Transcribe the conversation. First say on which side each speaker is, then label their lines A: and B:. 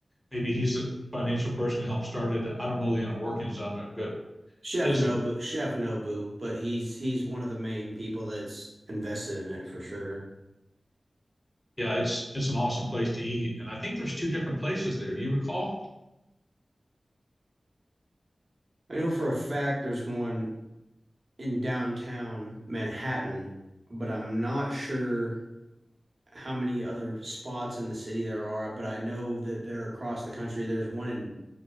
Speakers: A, in the centre; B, on the right.
A: Maybe he's the financial person to help start it. I don't know the inner workings of it, but
B: Chef
A: it is,
B: Nobu, Chef Nobu, but he's he's one of the main people that's invested in it for sure.
A: yeah, it's it's an awesome place to eat. And I think there's two different places there. Do you recall?
B: I know for a fact there's one in downtown Manhattan, but I'm not sure how many other spots in the city there are, but I know that they're across the country. There's one in